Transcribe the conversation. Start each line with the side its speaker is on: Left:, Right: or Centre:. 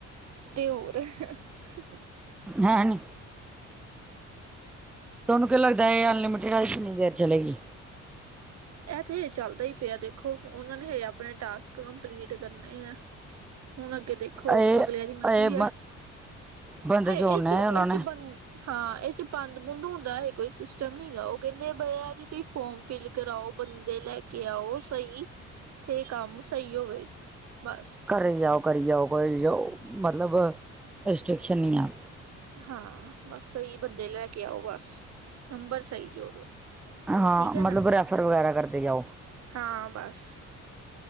Right: ਤੇ ਔਰ <inaudible>
Centre: ਹੈਂ ਨਹੀਂ ਤੁਹਾਨੂੰ ਕੀ ਲੱਗਦਾ ਇਹ ਅਨਲਿਮਟਿਡ ਆ ਕਿੰਨੀ ਦੇਰ ਚਲੇਗੀ।
Right: ਇਹ ਤੇ ਇਹ ਚੱਲਦਾ ਹੀ ਪਿਆ ਦੇਖੋ ਉਹਨਾਂ ਨੇ ਆਪਣੇ ਟਾਸਕ ਕੰਪਲੀਟ ਕਰਨੇ ਆ। ਹੁਣ ਅੱਗੇ ਦੇਖੋ
Centre: ਇਹ
Right: ਅਗਲਿਆਂ ਦੀ ਮਰਜ਼ੀ
Centre: ਇਹ
Right: ਹੈ
Centre: ਬੰਦੇ
Right: ਹ
Centre: ਜੋੜਨਾ
Right: ਇਹ 'ਚ
Centre: ਹੈ ਉਹਨਾਂ
Right: ਇਹ
Centre: ਨੇ
Right: 'ਚ ਬ ਹਾਂ ਇਹ 'ਚ ਬੰਦ ਬੂੰਦ ਹੁੰਦਾ ਹੈ ਕੋਈ ਸਿਸਟਮ ਨਹੀਂ ਹੈਗਾ ਉਹ ਕਹਿੰਦੇ ਬਈ ਜੀ ਇਹਦੇ 'ਚ ਫੋਰਮ ਫਿਲ ਕਰਾਓ। ਬੰਦੇ ਲੈ ਕੇ ਆਓ ਸਹੀ ਤੇ ਕੰਮ ਸਹੀ ਹੋਵੇ ਬਸ
Centre: ਘਰੇ ਜਾਓ। ਕਰੀ ਜਾਉ-ਕਰੀ ਜਾਉ ਮਤਲਬ ਰਿਸਟ੍ਰਿਕਸ਼ਨ ਨਹੀਂ ਆ।
Right: ਹਾਂ ਬਸ ਸਹੀ ਬੰਦੇ ਲੈ ਕੇ ਆਓ ਬਸ ਨੰਬਰ ਸਹੀ ਜੋੜੋ।
Centre: ਹਾਂ
Right: ਠੀਕ
Centre: ਮਤਲਬ
Right: ਹੈ ਨਾ
Centre: ਰੈਫਰ ਵਗੈਰਾ ਕਰਦੇ ਜਾਓ
Right: ਹਾਂ ਬਸ